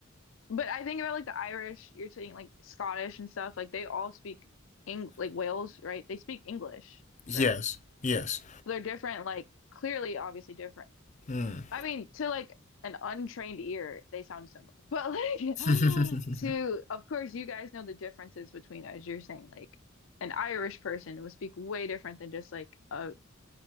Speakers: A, on the left; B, on the left.
A: but I think about like the Irish, you're saying like Scottish and stuff, like they all speak Eng like Wales, right? They speak English,
B: <laughs> yes.
A: right?
B: Yes.
A: They're different, like clearly, obviously different
B: Mm.
A: I mean, to like an untrained ear, they sound similar. But like <laughs>
B: <laughs>
A: to, of course, you guys know the differences between, as you're saying, like an Irish person would speak way different than just like a